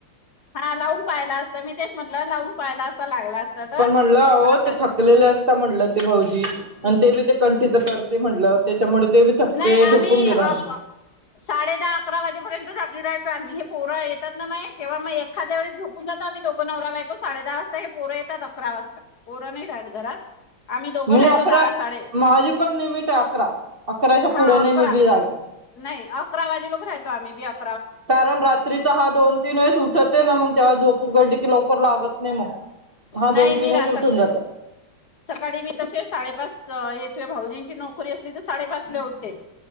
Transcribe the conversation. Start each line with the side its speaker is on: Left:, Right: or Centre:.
Left: हा लाऊन पायला असता तर मी तेच म्हटलं लावून पाहायला असं लागला असत तर
Right: पण अहो
Left: वाां
Right: ते थकलेले असता म्हणलं ते भाऊजी आणि ते ते कंठीच करते म्हणलं त्याच्यामुळे ते बी थकते
Left: नाही
Right: झोपून
Left: आम्ही
Right: घेता
Left: अ साडे दहा अकरा वाजेपर्यंत जागी राह म्ही हे पोरं येतात ना माय तेव्हा मग एखाद्या वळेस झोपून जातो आम्ही दोघं नवरा बायको साडे दहा वाजता हे पोरं येतात अकरा वाजता पोर नाही राहत घरात आम्ही दोघं
Right: मी
Left: राहतो
Right: अकरा
Left: दहा साडे
Right: माझी पण लिमिट आहे अकरा अकराच्या पुढे
Left: हा
Right: नाही
Left: अकरा
Right: मी बी जागे
Left: नाही अकरा वाजे लोक राहतो आम्ही बी अक
Right: कारण रात्रीचा हा दोन तीन वेळेस उठत आहे ना मग तेव्हा झोप उघडली की लवकर लागत नाही मग हा
Left: नाही
Right: दोन
Left: मी
Right: तीन वेळेस
Left: रा
Right: उठून
Left: सक
Right: जातात!
Left: सकाळी मी कस साडेपाच भाऊजींची नोकरी असली तर साडे पाच जेवणे